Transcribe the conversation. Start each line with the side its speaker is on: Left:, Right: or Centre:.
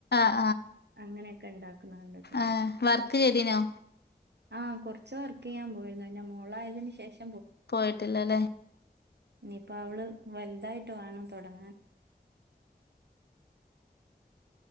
Left: ആ
Right: അങ്ങനെയൊക്കെ ഉണ്ടാക്കുന്ന കണ്ടിട്ടുണ്ട്.
Left: എ വർക്ക് ചെയ്തീനോ.
Right: ആ കുറച്ച് വർക്ക് ചെയ്യാൻ പോയിരുന്നു പിന്നെ മോളായതിന് ശേഷം
Left: പോയിട്ടില്ലല്ലേ.
Right: ഇനിയിപ്പ അവള് വലുതായിട്ട് വാണം തൊടങ്ങാൻ.